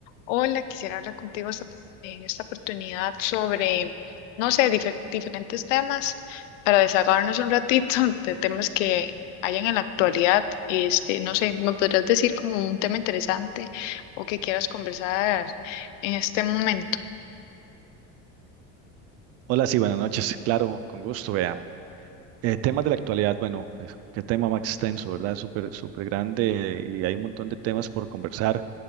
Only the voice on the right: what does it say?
Hola, sí, buenas noches. Claro, con gusto, vea. Eh, temas de la actualidad, bueno, es- qué tema más extenso, ¿verdad? Súper, súper grande y hay un montón de temas por conversar.